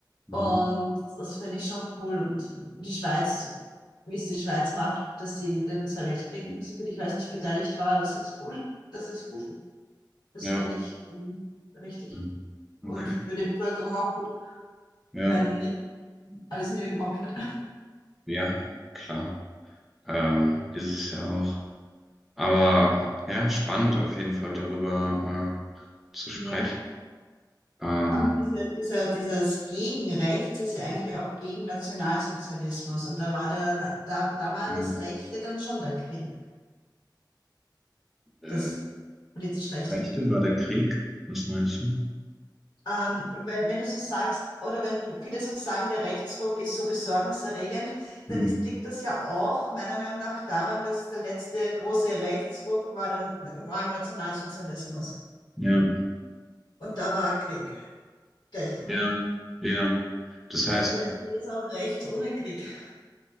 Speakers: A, in the centre; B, on the left (about 70°).
A: mhm.
B: Und das finde ich schon cool. Und die Schweiz, wie es die Schweiz macht, dass sie in den zwei Weltkriegen, soviel ich weiß, nicht beteiligt war, das ist cool. Das ist gut. Das
A: Ja,
B: finde ich ähm, richtig.
A: Mhm.
B: Und
A: okay,
B: für die Bevölkerung auch gut,
A: ja,
B: wenn nicht alles niedergebombt wird.
A: ja, klar. Ähm, ist es ja auch. Aber ja, spannend auf jeden Fall darüber äh, zu sprechen.
B: Ja.
A: Ähm,
B: aber diese, dieser, dieses Gegenrechts ist ja eigentlich auch gegen Nationalsozialismus. Und da war der, da, da war
A: hm,
B: das Rechte dann schon der Krieg,
A: äh,
B: das politisch Rechte.
A: Geschichte war der Krieg? Was meinst du?
B: Ähm, wenn, wenn du so sagst, oder wenn viele so sagen, der Rechtsruck ist so besorgniserregend,
A: Hm,
B: dann ist, liegt das ja auch meiner Meinung nach daran, dass der letzte große Rechtsruck war, dann, war im Nationalsozialismus.
A: ja,
B: Und da war Krieg gleich danach.
A: ja, ja. Das heißt,
B: Aber vielleicht geht es auch rechts ohne Krieg.